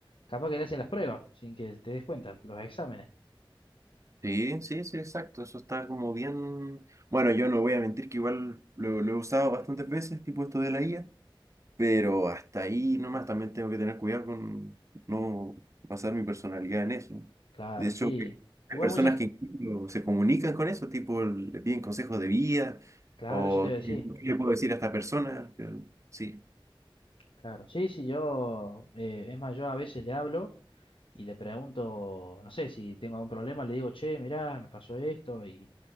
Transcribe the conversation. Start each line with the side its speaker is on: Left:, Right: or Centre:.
Left: capaz que le hacen las pruebas sin que te des cuenta, los exámenes.
Right: Sí, sí, sí, exacto. Eso está como bien. Bueno, yo no voy a mentir que igual lo, lo he usado bastantes veces, tipo esto de la IA. Pero hasta ahí nomás también tengo que tener cuidado con no basar mi personalidad en eso.
Left: Claro,
Right: De hecho,
Left: sí.
Right: que
Left: Igual
Right: hay personas
Left: muchas,
Right: que incluso se comunican con eso, tipo le piden consejos de vida
Left: claro,
Right: o
Left: eso te iba a decir.
Right: qué qué le puedo decir a esta persona. Eh, Sí,
Left: Claro, sí, sí, yo, eh, es más, yo a veces le hablo y le pregunto, no sé, si tengo algún problema, le digo, che, mirá, me pasó esto y,